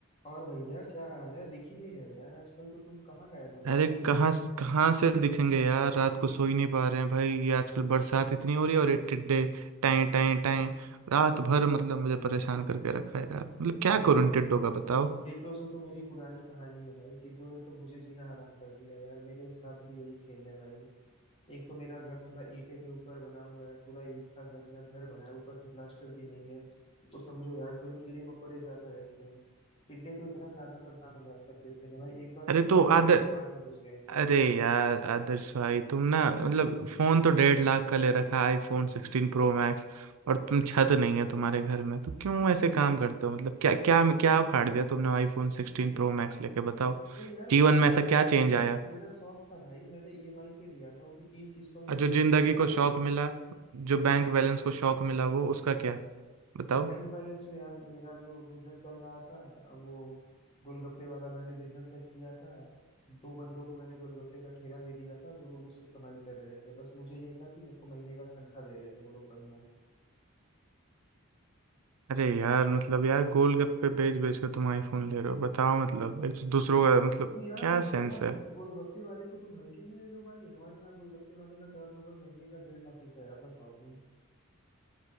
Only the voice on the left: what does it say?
और भैया क्या हाल है दिख ही नहीं रहे हो यार आजकल तो तुम कहाँ गायब हो जा
रहे हो
अरे
यार
टिड्डो से तो मेरी पुरानी कहानी है भाई टिड्डो ने तो मुझे जीना हराम कर दिया यार मेरे साथ भी यही खेल है भाई एक तो मेरा घर थोड़ा ईंटे के ऊपर बना हुआ है पूरा ईंट का घर मेरा घर बना है ऊपर से प्लास्टर भी नहीं है तो समझो यार थोड़े कीड़े मकोड़े ज्यादा रहते हैं टिड्डे तो इतना ज्यादा परेशान हो जा कर देते हैं ना भाई एक बार
तो दो
टिड्डे
मेरे कान में घुस गए थे
अरे यार वो
शौक
था यार
मेरा
मेरा शौक था भाई मैंने ईएमआई पे लिया था वो भी तीन किस्तों में
मैंने
ईएमआई चुका
दी
बैंक बैलेंस पे यार मेरा जो बिजनेस चल रहा था वो गोलगप्पे वाला मैंने बिजनेस सेट किया था दो बंदों को मैंने गोलगप्पे का ठेला दे दिया था वो लोग उससे कमाई कर रहे थे बस मुझे ये था कि मेरे को महीने का तनख्वाह दे रहे थे वो लोग बढ़िया
तुम यार
मतलब
गोलगप्पे वाले को तुम हल्के में ले रहे हो भाई हमारे यहाँ गोलगप्पे वाले का टर्नओवर महीने का डेढ़ लाख रुपए है अब बताओ तुम